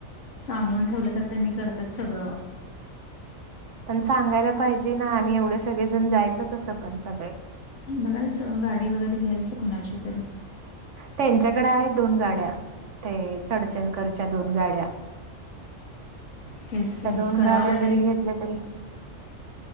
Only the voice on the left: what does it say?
सांगून ठेवलं तर त्यांनी करत्यात सगळं
बघायचं गाडी वगैरे घ्यायचं कुणाची तरी
तेच की
करावं
लागेल